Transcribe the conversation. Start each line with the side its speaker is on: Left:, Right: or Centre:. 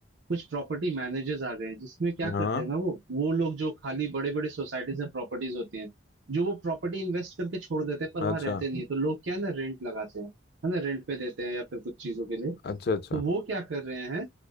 Right: कुछ प्रॉपर्टी मैनेजर्स आ गए हैं जिसमें क्या
Left: हाँ
Right: करते हैं ना वो वो लोग जो खाली बड़े बड़े सोसाइटीज में प्रॉपर्टीज होती हैं जो वो प्रॉपर्टी इन्वेस्ट करके छोड़ देते हैं पर
Left: अच्छा
Right: वहां रहते नहीं है तो लोग क्या है ना रेंट लगाते हैं है ना रेंट पे देते हैं या फिर कुछ चीजों के लिए
Left: अच्छा अच्छा
Right: तो वो क्या कर रहे हैं